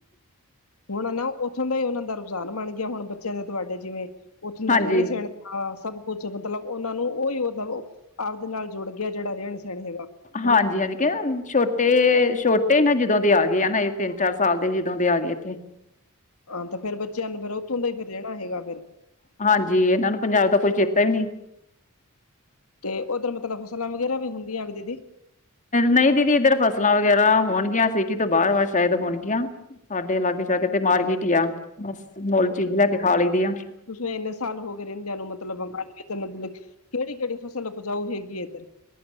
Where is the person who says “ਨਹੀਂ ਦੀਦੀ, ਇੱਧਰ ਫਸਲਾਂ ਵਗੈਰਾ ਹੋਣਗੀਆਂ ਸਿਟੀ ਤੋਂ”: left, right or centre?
Left